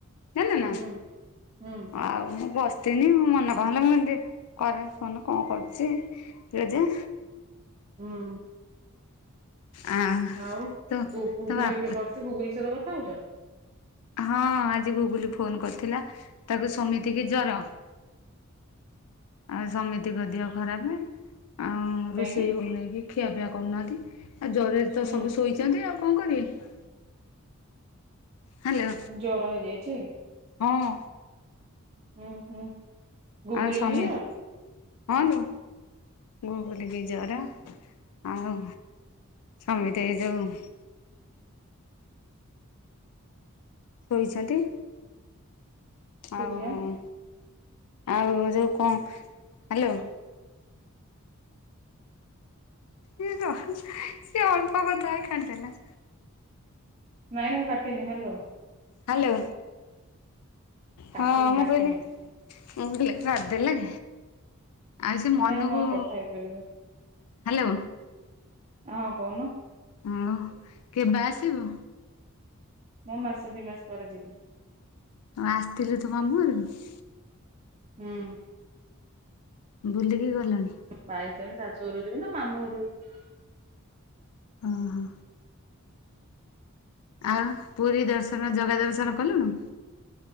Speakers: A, on the left; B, on the right.
A: ନା ନା
B: ହୁଁ ହୁଁ
A: ଆଉ ମୁଁ ବସି ତିନି ମ ମନେ କହଲା ମୁଁ ଏମତି କରେନି ଫୋନ କଣ କରୁଛି ଜା-
B: ହୁଁ
A: ଆ
B: ଆଉ
A: ତୋ
B: ଗୁଗୁଲ
A: ତୋ ବାପ
B: ପେ କରୁଛୁ ଗୁଗୁଲ ସହିତ କଥା ହଉଛ।
A: ହଁ ଆଜି ଗୁଗୁଲି ଫୋନ କରିଥିଲା। ତାକୁ ସୁମିତିକି ଜର। ଆଉ ସମିତିକ ଦିଅ ଖରାପେ ଆଉ
B: କାହିଁକି
A: ରୋଷେଇ ହେଇନେଇକି ଖିଆପିଆ କରୁନାହାଁନ୍ତି ଆଉ ଜରରେ ତ
B: ହୁଁ
A: ସବୁ ଶୋଇଚନ୍ତି ଆଉ କଣ କରିବେ? ହାଲୋ।
B: ଜର ହେଇଯାଇଚି?
A: ହଁ।
B: ହୁଁ ହୁଁ। ଗୁଗୁଲିକୁ
A: ଆଉ ସମୀର
B: ବି ଜର
A: ହଁ ଲୋ ଗୁଗୁଲି କି ଜର ଆଉ ସମେତେ ଏ ଯୋଉ ଶୋଇଛନ୍ତି।
B: କୋଚିଆ
A: ଆଉ ଆଉ ଯୋଉ କଣ ହାଲୋ। ସିଏ ଅଳ୍ପ କଥା ହେଇକି କାଟିଦେଲା।
B: ନାଇଁ ନାଇଁ ମୁଁ କାଟିନି ହାଲୋ।
A: ହାଲୋ
B: କାଟିନି
A: ହଁ ମୁଁ
B: କାଟିନି
A: କଇଲି ମୁଁ କଇଲି କାଦେଲେ। ଆଉ ସିଏ ମନୁକୁ
B: ନାଇଁ ମୁଁ ଆଉ କଥା ହେଇପାରିବିନି
A: ହାଲୋ।
B: ହଁ କଉନୁ।
A: ଆଉ କେବେ ଆସିବୁ?
B: ମୁଁ ମାସେ ଦି ମାସ ପରେ ଯିବି।
A: ଆଉ ଆସିଥିଲୁ ତୁ ମାମୁ ଘରୁକୁ?
B: ହୁଁ।
A: ବୁଲିକି ଗଲଣି।
B: ବା ହେଇ ଲ <unintelligible> ଶାଶୁ ଘରକୁ ଯିବ ନା ମାମୁଁ ଘରକୁ
A: ଓ ହୋ। ଆଉ ପୁରୀ ଦର୍ଶନ ଜଗା ଦର୍ଶନ କଲୁଣୁ?